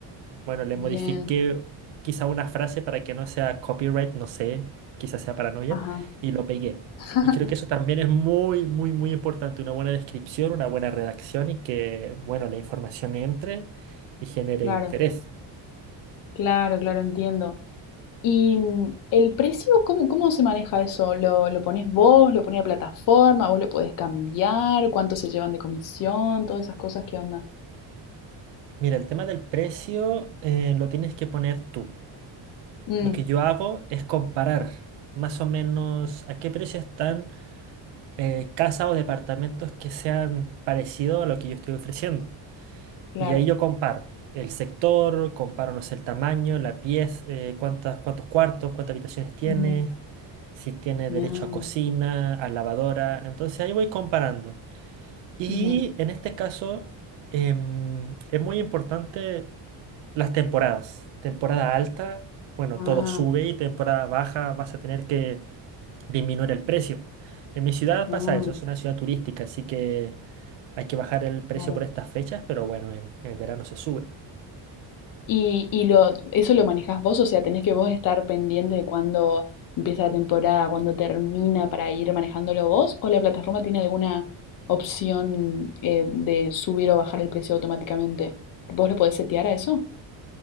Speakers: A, on the right; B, on the left.
A: Bueno, le modifiqué
B: bien.
A: quizá una frase para que no sea copyright, no sé, quizás sea paranoia,
B: Ajá.
A: y lo pegué.
B: <laughs>
A: Y creo que eso también es muy, muy, muy importante, una buena descripción, una buena redacción y que, bueno, la información entre y genere
B: Claro,
A: interés.
B: claro, claro, entiendo. ¿Y mm, el precio, cómo, cómo se maneja eso? ¿Lo, lo pones vos? ¿Lo pone la plataforma? ¿Vos lo podés cambiar? ¿Cuánto se llevan de comisión? Todas esas cosas, ¿qué onda?
A: Mira, el tema del precio eh, lo tienes que poner tú.
B: Mm.
A: Lo que yo hago es comparar más o menos a qué precio están eh, casas o departamentos que sean parecidos a lo que yo estoy ofreciendo.
B: Claro.
A: Y ahí yo comparo el sector, comparo, no sé, el tamaño, la pieza, eh, cuántas, cuántos cuartos, cuántas habitaciones tiene,
B: Ujú.
A: si tiene derecho
B: Ah,
A: a cocina, a lavadora. Entonces ahí voy comparando. Y
B: ujú.
A: en este caso em, es muy importante las temporadas. Temporada alta, bueno,
B: Ah,
A: todo sube y temporada baja vas a tener que disminuir el precio. En mi ciudad pasa
B: ah,
A: eso, es una ciudad turística, así que hay que bajar el precio
B: claro.
A: por estas fechas, pero bueno, en, en verano se sube.
B: ¿Y, y lo, eso lo manejás vos? O sea, tenés que vos estar pendiente de cuándo empieza la temporada, cuándo termina para ir manejándolo vos, o la plataforma tiene alguna opción eh, de subir o bajar el precio automáticamente. ¿Vos lo podés setear a eso?